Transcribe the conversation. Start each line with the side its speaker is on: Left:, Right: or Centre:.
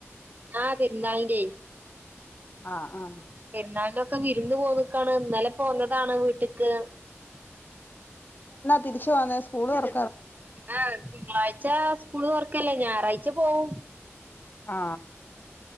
Right: ആാ പെരുന്നാളിൻ്റെയേ
Left: ആാ ആാ
Right: പെരുന്നാളിലൊക്കെ വിരുന്ന് പോന്നാക്കാണ് ഇന്നലെ പോന്നതാണ് വീട്ടക്ക്
Left: തിരിച്ച് വന്നോ സ്കൂൾ തോറ
Right: ആാ തിങ്കളാഴ്ച സ്കൂള് തുറക്ക്യാല്ലേ ഞായറാഴ്ച ച്ചു പോവും
Left: ആ